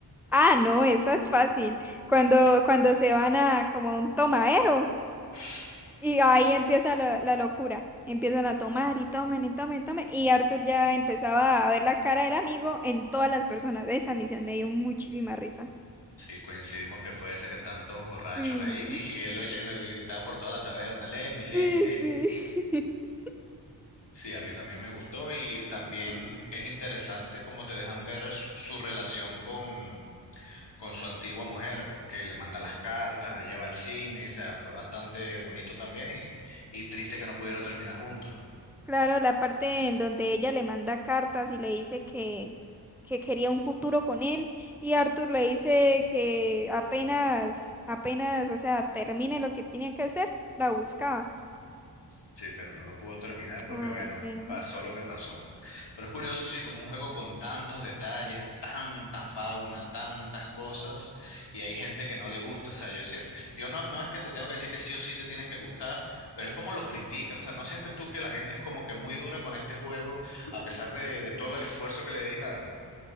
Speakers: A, in the centre; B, on the left (about 75°).
A: Ah, no, esa es fácil. Cuando, cuando se van a como a un tomadero.
B: <laughs>
A: Y ahí
B: Sí,
A: empieza la, la locura. Empiezan a tomar y tomen y tomen y tomen. Y Arthur ya empezaba a ver la cara del amigo en todas las personas. Esa misión me dio muchísima risa.
B: sí, coincidimos que fue esa que están todos borrachos
A: Sí,
B: ahí <laughs> y él lo, ll- lo- le gritaba por toda la taberna, Lenny,
A: sí,
B: Lenny, Lenny.
A: sí. <laughs>
B: Sí, a mí también me gustó y también es interesante cómo te dejan ver su, su relación con, con su antigua mujer, que le manda las cartas, la lleva al cine, o sea, fue bastante bonito también y, y triste que no pudieron terminar juntos.
A: Claro, la parte en donde ella le manda cartas y le dice que, que quería un futuro con él. Y Arthur le dice que apenas, apenas, o sea, termine lo que tiene que hacer, la buscaba.
B: Sí, pero no lo pudo terminar porque,
A: Ay,
B: bueno,
A: sí.
B: pasó lo que pasó. Pero es curioso, sí, como un juego con tantos detalles, tanta fauna, tantas cosas, y hay gente que no le gusta, o sea, yo, sie- yo no, no es que te tengo que decir que sí o sí te tienes que gustar, pero es como lo critican, o sea, ¿no sientes tú que la gente es como que muy dura con este juego a pesar de de todo el esfuerzo que le dedicaron?